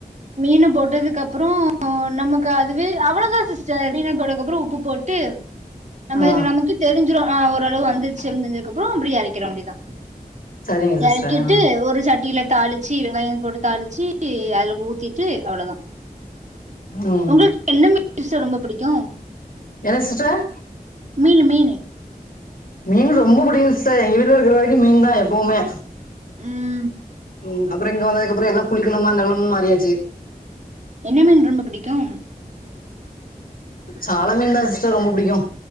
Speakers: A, on the right; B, on the left.
A: மீன் போட்டதுக்கப்பறோ நமக்கு அதுவே அவ்ளோதா சிஸர் மீனே <unintelligible> கப்பறோ உப்பு போட்டு நம்ம
B: ஆ
A: நமக்கு தெரிஞ்சிரு ஆ ஓரளவு வந்துச்சின் தெரிஞ்சதுக்கப்றோ இப்டி எறக்கிற வேண்டியதுதா
B: சரிங்க சிஸ்டர்
A: எறக்கிட்டு
B: ஆ
A: ஒரு சட்டியில தாளிச்சி வெங்காயோ போட்டு தாளிச்சி அதுல ஊத் திட்டு அவ்ளோதா
B: ம்
A: உங்களுக்கு என்ன <inaudible> டிஸ் ரொம்ப புடிக்கு
B: என சிஸ்டர்
A: மீனு மீன்
B: மீனு ரொம்போ புடிக்கு சிஸர் எங்க வீட்டுல இருக்குற வரைக்கு மீன்தா எப்பவுமே
A: ம்
B: ம் அப்பறோ இங்க வந்ததுக்கப்றோ எல்லா புளிக்கொழம்பா அந்த <unintelligible> மாறியாச்சி
A: என்ன மீன் ரொம்ப பிடிக்கும்
B: சால மீன்தா சிஸ்டர் ரொம்ப புடிக்கு